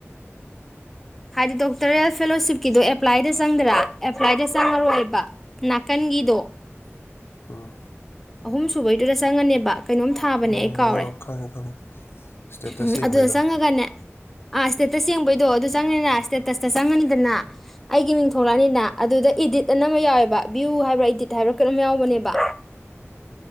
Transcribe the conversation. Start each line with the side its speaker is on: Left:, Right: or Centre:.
Centre: ꯍꯥꯏꯗꯤ ꯗꯣꯛꯇꯔꯦꯜ ꯐꯦꯂꯣꯁꯤꯞꯀꯤꯗꯣ ꯑꯦꯄ꯭ꯂꯥꯏꯗ ꯆꯪꯗ꯭ꯔꯥ ꯑꯦꯄ꯭ꯂꯥꯏꯗ ꯆꯪꯉꯔꯣꯏꯕ ꯅꯥꯀꯟꯒꯤꯗꯣ
Left: ꯎꯥ
Centre: ꯑꯍꯨꯝ ꯁꯨꯕꯩꯗꯨꯗ ꯆꯪꯉꯅꯦꯕ ꯀꯩꯅꯣꯝ ꯊꯥꯕꯅꯦ
Left: ꯑꯣ
Centre: ꯑꯩ ꯀꯥꯎꯔ
Left: ꯈꯪꯉꯦ ꯈꯪꯉꯦ ꯁ꯭ꯇꯦꯇꯁ
Centre: ꯎꯝ
Left: ꯌꯦꯡꯕꯩꯗꯣ
Centre: ꯑꯗꯨꯗ ꯆꯪꯉꯒꯅꯦ ꯑꯥ ꯏꯁꯇꯦꯇꯁ ꯌꯦꯡꯕꯩꯗꯣ ꯑꯗꯨ ꯆꯪꯅꯤꯗꯅ ꯏꯁꯇꯦꯇꯁꯇ ꯆꯪꯉꯅꯤꯗꯅ ꯑꯩꯒꯤ ꯃꯤꯡ ꯊꯣꯂꯛꯑꯅꯤꯅ ꯑꯗꯨꯗ ꯏꯗꯤꯠ ꯑꯅ ꯑꯃ ꯌꯥꯎꯋꯦꯕ ꯚ꯭ꯌꯨ ꯍꯥꯏꯕ꯭ꯔꯥ ꯏꯗꯤꯠ ꯍꯥꯏꯕ꯭ꯔꯥ ꯀꯩꯅꯣꯝ ꯌꯥꯎꯕꯅꯦꯕ